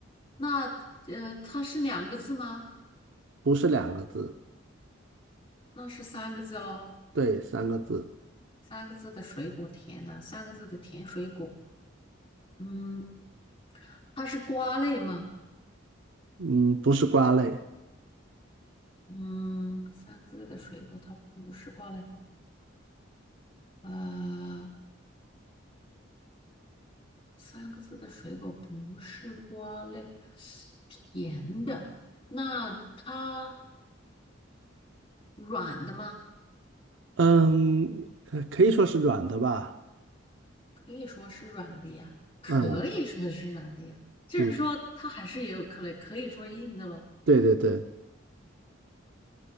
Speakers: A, on the left; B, on the right.
A: 那呃，它是两个字吗？
B: 不是两个字，
A: 那是三个字喽，
B: 对，三个字，
A: 三个字的水果，甜的，三个字的甜水果，嗯，它是瓜类吗？
B: 嗯，不是瓜类，
A: 嗯，三个字的水果，它不是瓜类。呃，三个字的水果不是瓜类，甜的。那它软的吗？
B: 嗯，呃可以说是软的吧，
A: 可以说是软的呀，可以说是软的呀。
B: 嗯
A: 就是说，
B: 嗯，
A: 它还是也有可能可以说硬的咯。
B: 对对对，